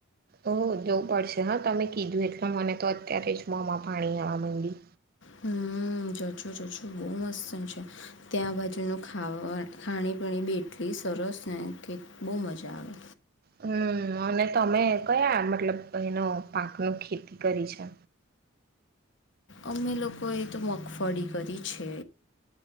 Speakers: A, on the right; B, on the left.
A: ઓ જોવું પડશે હા તમે કીધું એટલે મને તો અત્યારે જ મોમાં પાણી આવવા માંડી
B: હમ જજો જજો બહુ મસ્ત છે ત્યાં બાજુનું ખાવા ખાણી પીણી બી એટલી સરસ ને કે બહુ મજા આવે
A: હમ અને તમે કયા મતલબ એનો પાકનું ખેતી કરી છે
B: અમે લોકોએ તો મગફળી કરી છે